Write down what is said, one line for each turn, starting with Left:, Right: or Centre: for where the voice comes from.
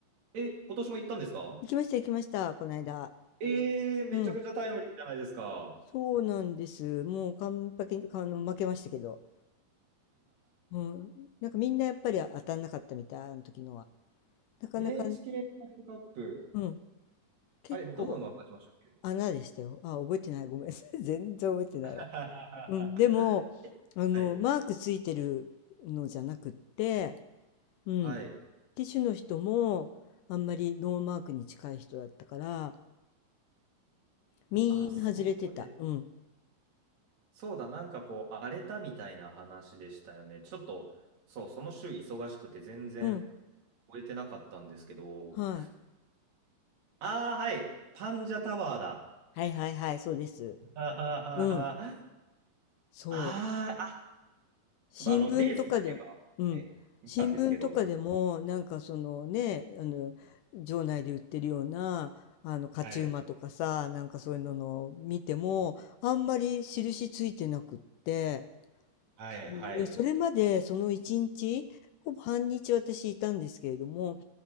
Right: え、今年も行ったんですか
Left: 行きました、行きました、この間。
Right: えー、めちゃくちゃタイムリーじゃないですか。
Left: うん。そうなんです。もう完璧に、あの、負けましたけど。うん。なんかみんなやっぱり当たんなかったみたい、あの時のは。なかなか、
Right: NHK ワイチケーワールドカップ、
Left: うん。結構
Right: あれ、どの馬が勝ちましたっけ
Left: 穴でしたよ。あ、覚えてない。ごめんなさい。<laughs> 全然覚えてないわ。
Right: はははは
Left: うん。でも、
Right: <laughs>
Left: あの、
Right: はい。
Left: マークついてるのじゃなくって、うん。
Right: はい。
Left: 機種の人も、あんまりノーマークに近い人だったから、みんな外れてた。
Right: あ、そうで、
Left: うん。
Right: そうだ、なんかこう、荒れたみたいな話でしたよね。ちょっと、そう、その週忙しくて全然
Left: うん。
Right: 終えてなかったんですけど、
Left: はい。
Right: ああ、はい、パンジャタワーだ。
Left: はいはいはい、そうです。
Right: はははは。
Left: うん、そう。
Right: あーあ、
Left: 新聞とかでも、
Right: ちょっとあの、レースだけは、
Left: うん。
Right: はい、見たんですけど、
Left: 新聞とかでも、
Right: は
Left: なんかそのね、あの、場内で売ってるような、あの、勝ち馬とかさ、
Right: い、
Left: なんかそういうののを見ても、あんまり印ついてなくって、
Right: はい、
Left: そう、
Right: はい、
Left: でそれまでその一日、ほぼ半日私いたんですけれども、